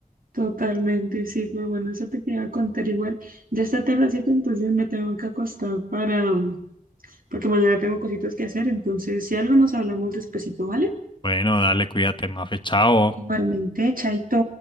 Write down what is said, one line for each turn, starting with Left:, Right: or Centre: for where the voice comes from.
Right: totalmente, sí, pero bueno, eso te quería contar igual. Ya está tardecito, entonces me tengo que acostar para, mm, porque mañana tengo cositas que hacer, entonces si algo nos hablamos despacito, ¿vale?
Left: Bueno, dale, cuídate, Mafe, chao.
Right: Igualmente, chaito.